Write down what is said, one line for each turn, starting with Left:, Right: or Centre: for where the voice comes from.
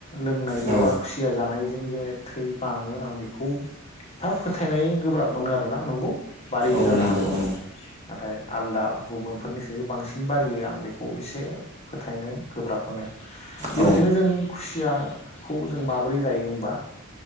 Left: लोंनायजों
Right: औ
Left: बा खुसिया जानाय बेजों जे थै बाङो आं बेखौ एफा फोथायनाय गोब्राब मोनो आरोना नंगौ बारियो
Right: औ
Left: जानो
Right: नंगौ
Left: हागौ।
Right: औ
Left: नाथाय आलदा गुबुनफोरनिसाय जे बांसिन बारायो आं बेखौ एसे फोथायनो गोब्राब मोनो। बेबायदिनो
Right: औ
Left: जों खुसिया खौ जों माबोरै जायो होमबा।